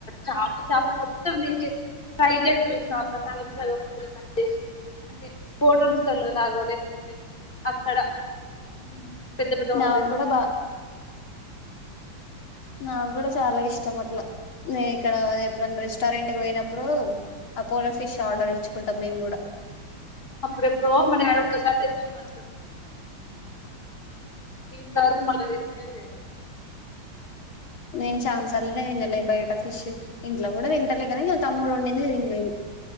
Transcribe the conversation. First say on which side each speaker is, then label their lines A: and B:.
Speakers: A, on the left (about 25°); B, on the left (about 75°).
A: చేప చేప మొత్తం తీసేసి ఫ్రై చేసి చూసినావా ఒక్క సగం సగం ముక్కలు కట్ చేసి అంటే హోటల్స్ లో లాగా లేకపోతే అక్కడ ఉ పెద్ద పెద్ద ఓ
B: నాకు
A: రెస్టారెంట్ల
B: కూడా బా
A: లో
B: నాకు కూడా చాలా ఇష్టం అట్లా నే ఇక్కడ ఎప్పుడన్నా రెస్టారెంట్ కి పోయినప్పుడు అపోలో ఫిష్ ఆర్డర్ ఇచ్చుకుంటాం మేము కూడా
A: అప్పుడెప్పుడో మా డాడీ ఒక్కసారి తెచ్చినాడు
B: చమ్
A: అను ఇంతవరకు మల్ల తినిన్నది లేదు
B: నేను చానా సార్లే తిన్నాలే బయట ఫిష్ ఇంట్లో కూడా తినటలే కానీ మా తమ్ముడు వండింది తినలేను